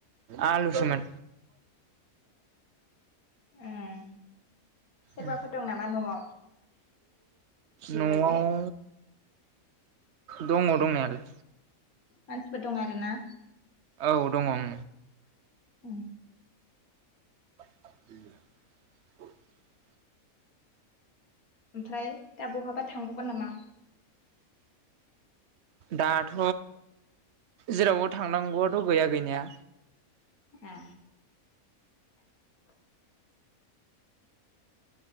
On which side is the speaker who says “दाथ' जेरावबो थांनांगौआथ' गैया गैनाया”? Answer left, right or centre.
Right